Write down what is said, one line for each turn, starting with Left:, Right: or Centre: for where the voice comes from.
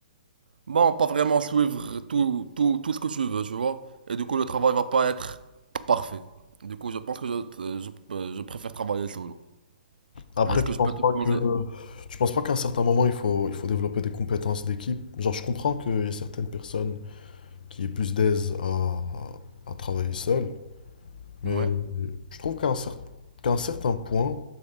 Right: bon, pas vraiment suivre tout, tout, tout ce que tu veux, tu vois. Et du coup, le travail va pas être parfait. Du coup, je pense que je, je, je préfère travailler solo.
Left: Après,
Right: Est-ce
Left: tu
Right: que je
Left: penses
Right: peux te
Left: pas
Right: poser,
Left: que... Tu penses pas qu'à un certain moment, il faut, il faut développer des compétences d'équipe? Genre, je comprends qu'il y a certaines personnes qui est plus d'aise à, à travailler seul. Mais
Right: ouais.
Left: je trouve qu'à un, cer- qu'à un certain point,